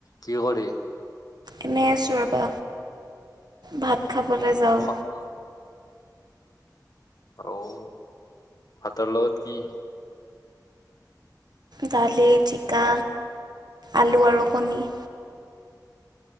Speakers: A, on the left; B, on the right.
A: কি' কৰি
B: এনেই আছো, ৰবা ভাত খাবলৈ যাওঁ।
A: খোৱা অঁহ, ভাতৰ লগত কি?
B: দালি, ঝিকা, আলু আৰু কণী।